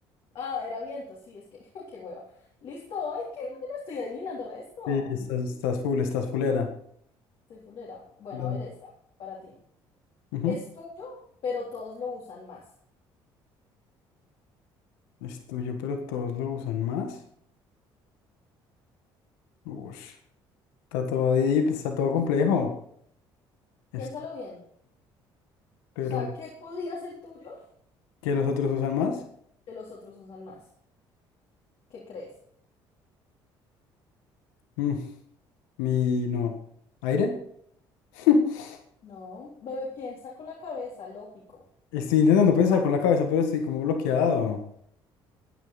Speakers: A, on the left; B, on the left.
A: Ah, era viento, sí, es que, <laughs> qué hueva. Listo, ay, qué <laughs> bueno, estoy adivinando resto.
B: Sí, sí, estás, estás full, estás fulera.
A: Soy fulera. Bueno,
B: Dale.
A: a ver esta, para ti.
B: Ujú.
A: Es tuyo, pero todos lo usan más.
B: Es tuyo, pero todos lo usan más. Ush. Está todo deep, está todo complejo. Es
A: Piénsalo
B: tu-
A: bien.
B: Pero,
A: O sea, ¿qué podría ser tuyo
B: ¿qué los otros usan más?
A: que los otros usan más? ¿Qué crees?
B: Mm, mi, no. ¿Aire? <laughs>
A: No, bebé piensa con la cabeza, lógico.
B: Estoy intentando pensar con la cabeza, pero estoy como bloqueado.